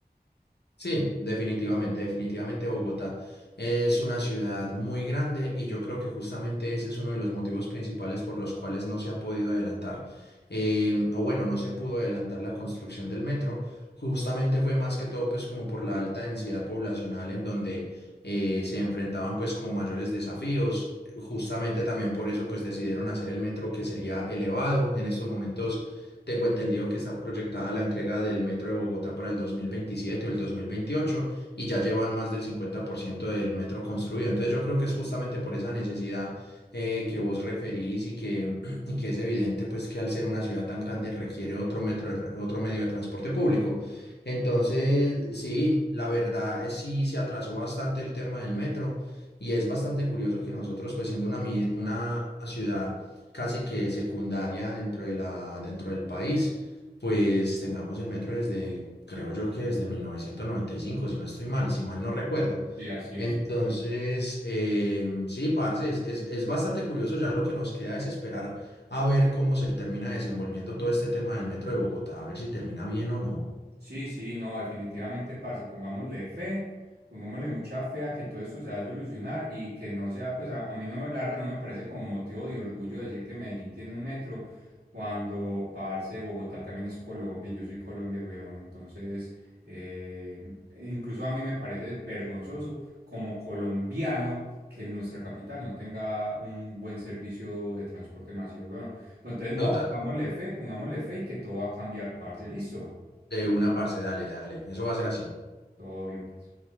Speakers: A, on the left; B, on the right.
A: Sí, definitivamente, definitivamente Bogotá es una ciudad muy grande y yo creo que justamente ese es uno de los motivos principales por los cuales no se ha podido adelantar, em, o bueno, no se pudo adelantar la construcción del metro. Justamente fue más que todo pues como por la alta densidad poblacional en donde eh, se enfrentaban pues como mayores desafíos. Justamente también por eso pues decidieron hacer el metro que sería elevado. En estos momentos tengo entendido que está proyectada la entrega del metro de Bogotá para el 2027 o el 2028 y ya llevan más del 50% del metro construido. Entonces yo creo que es justamente por esa necesidad eh, que vos referís y que, <clears throat> y que es evidente pues que al ser una ciudad tan grande requiere otro metro de tra- otro medio de transporte público. Entonces, sí, la verdad es sí se atrasó bastante el tema del metro y es bastante curioso que nosotros pues siendo una, mi- una ciudad casi que secundaria dentro de la, dentro del país, pues tengamos el metro desde, creo yo que desde 1995 si no estoy mal, si mal no recuerdo. Sí.
B: Sí, así
A: Entonces,
B: es. parce.
A: em, sí, parce, es, es, es bastante curioso, ya lo que nos queda es esperar a ver cómo se termina desenvolviendo todo este tema del metro de Bogotá, a ver si termina bien o no.
B: Sí, sí, no, definitivamente, parce, pongámosle fe, pongámosle mucha fe a que todo esto se va a solucionar y que no sea, pues a, a mí no me, la verdad no me parece como motivo de orgullo decir que Medellín tiene un metro cuando, parce, Bogotá también es Colombia y yo soy Colombia, weón, entonces, eh, incluso a mí me parece vergonzoso como colombiano que nuestra capital no tenga un buen servicio de transporte masivo, weón. Pues entonces,
A: Total.
B: no, pongámosle fe, pongámosle fe y que todo va a cambiar, parce, listo.
A: De una, parce, dale, dale, eso va a ser así.
B: Todo bien, pues.